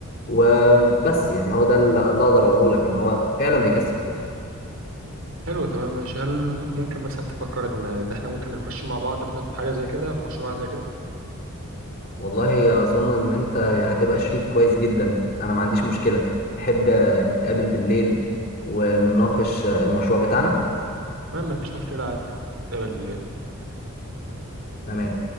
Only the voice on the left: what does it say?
وبس يعني هو ده اللي اللي اقدر اقوله لك ان هو فعلا بيكسب فلوس
والله اظن ان انت هتبقى شريك كويس جدا انا ما عنديش مشكلة تحب نتقابل بالليل ونناقش المشروع بتاعنا
تمام